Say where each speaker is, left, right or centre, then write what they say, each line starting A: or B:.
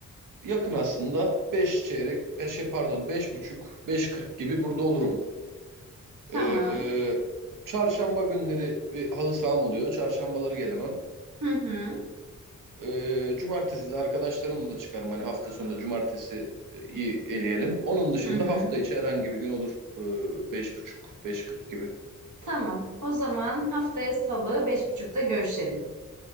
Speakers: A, on the right; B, on the right.
A: Yakın aslında 5 çeyrek, 5 pardon 5 buçuk, beş kırk gibi burada olurum.
B: Tamam.
A: Ee, çarşamba günleri bir halı saham oluyor. Çarşambaları gelemem.
B: Hı hı.
A: Ee, cumartesi de arkadaşlarımla çıkarım. Hani hafta sonunda cumartesi e, iyi eleyelim. Onun dışında
B: Hı hı.
A: hafta içi herhangi bir gün olur. Ee, beş buçuk, beş kırk gibi.
B: Tamam. O zaman haftaya Salı beş buçukta görüşelim.